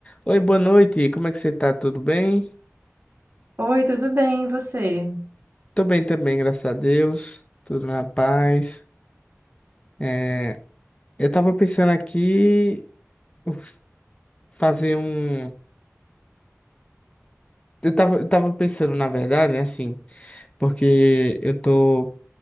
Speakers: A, on the left; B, on the right.
A: Oi, boa noite. Como é que você tá? Tudo bem?
B: Oi, tudo bem, e você?
A: Tô bem também, graças a Deus. Tudo na paz. É, eu tava pensando aqui uf, fazer um. Eu tava, eu tava pensando, na verdade, né, assim, porque eu tô,